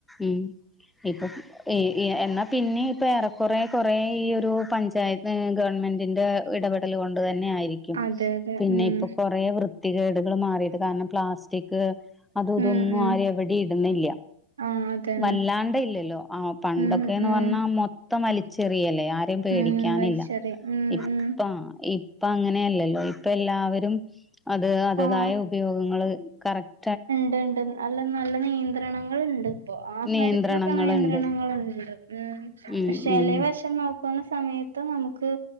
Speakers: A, in the centre; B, on the right.
A: ഉം ഇപ്പം എയ് എ എന്നാ പിന്നീം ഇപ്പ ഏറെക്കുറെ കൊറെ ഈ ഒരു പഞ്ചായത്ത് ഗവൺമെന്റിന്റെ ഇടപെട പെടല് കൊണ്ട് തന്നെയായിരി
B: അതെ അതെ
A: പിന്നെ
B: ഉം
A: ഇപ്പൊ കൊറേ വൃത്തികേട്കള് മാറിയത് കാരണം പ്ലാസ്റ്റിക് അതു ഇതൊന്നും
B: ഉം ഉം
A: ആരും എവിടീം ഇടുന്നില്ല.
B: ആഹ് അതന്നെ
A: വല്ലാണ്ടെ ഇല്ലല്ലോ. ആ പണ്ടൊക്കെന്ന്
B: ഉം ഉം
A: പറ്ഞ്ഞാ മൊത്തം വലിച്ചെറിയല്ലെ ആരെ രെയും പേടിക്കാനില്ല.
B: ഉം വലിച്ചെറിയും ഉം
A: ഇപ്പം
B: ഉം
A: ഇപ്പ ഇപ്പങ്ങനെ അല്ലല്ലൊ. ഇപ്പ എല്ലാവരും അത് അത്
B: ആഹ്
A: തായ ഉപയോഗങ്ങള്കറക്റ്റ്
B: ഇണ്ട്. ഇണ്ട്. അല്ല നല്ല നിയന്ത്രണങ്ങള്ണ്ട് ഇപ്പൊ. ആ
A: നിയന്ത്രണങ്ങളുണ്ട്
B: കാര്യത്തിലൊക്കെ നിയന്ത്രണങ്ങള്ണ്ട്. ഉം
A: ഉം
B: പശെ
A: ഉം
B: ചെലേവശം നോക്കു കുന്ന സമയത്ത് നമുക്ക്